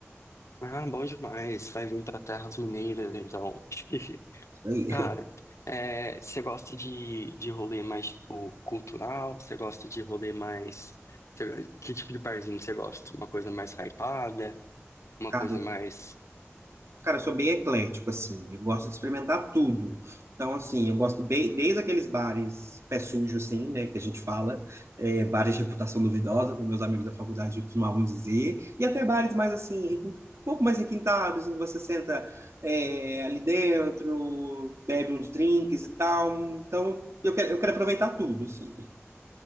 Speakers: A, on the left; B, on the right.
A: Ah, bom demais. Vai vir pra Terras Mineiras, então. <laughs>
B: Isso aí.
A: Cara, é, você gosta de, de rolê mais, tipo, cultural? Você gosta de rolê mais... você- Que tipo de barzinho que você gosta? Uma coisa mais hypada? Uma
B: <laughs>
A: coisa mais...
B: Cara, eu sou bem eclético, assim. Eu gosto de experimentar tudo. Então, assim, eu gosto bem, desde aqueles bares pé sujo, assim, né, que a gente fala, é, bares de reputação duvidosa, como meus amigos da faculdade costumavam dizer, e até bares mais, assim, requin- um pouco mais requintados, em que você senta é, ali dentro, bebe uns drinks e tal. Então, eu quero, eu quero aproveitar tudo, assim.